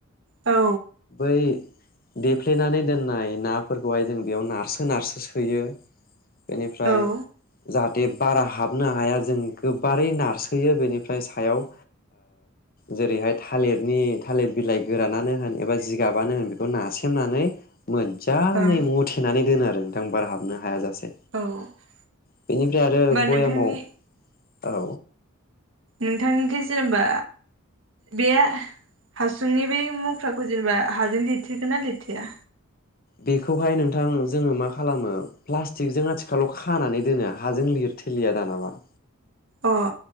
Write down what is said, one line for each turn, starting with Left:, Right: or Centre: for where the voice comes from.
Right: औ
Left: बै देफ्लेनानै दोननाय नाफोरखौहाय जों बेयाव नारसो नारसो सोयो । बेनिफ्राय
Right: औ ओं
Left: जात बे बारा हाबनो हाया जों गोबारै नारसोयो बेनिफ्राय सायाव ओ जेरैहाय थालिरनि थालिर बिलाइ गोरानानो होन एबा जिगाबानो होन बेखौ नारसेबनानै मोदजांङै
Right: औ
Left: मथेनानै दोनो आरो । नोंथां बार हाबनो हाया जा से
Right: होमबा
Left: बेनिफ्राय आरो बयामाव
Right: नोंथांनि
Left: औ
Right: ‌नोंथां‌निखि जे जेनेबा बे हासुंनि बे मख्राखौ जेनेबा हाजों लिरथेरगोन ना लिरथेया?
Left: बेखौहाय नोंथां जोंङो मा खालामो प्लास्टिकजों आथिखालाव खानानै दोनो हाजों लिरथेलिया दानाबा ।
Right: अ